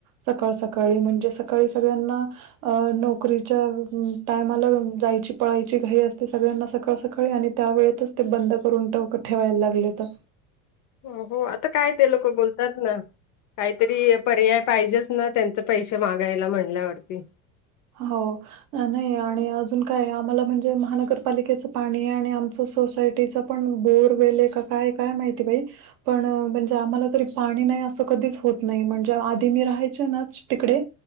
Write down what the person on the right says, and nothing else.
सकाळ सकाळी म्हणजे सकाळी सगळ्यांना अ नोकरीच्या टायमाला जायची पळायची घ असते सगळ्यांना सकाळ सकाळी आणि त्या वेळेतच ते बंद करून ठेवायला लागले तर. <inaudible>
हो. नाही आणि अजून काय आम्हाला म्हणजे महानगरपालिकेचं पाणी आहे आणि आमचं सोसायटीच पण बोर वेले का काय काय माहिती बाई. पण म्हणजे आम्हाला तरी पाणी नाही असं कधीच होत नाही म्हणजे आधी मी राहायचे ना तिकडे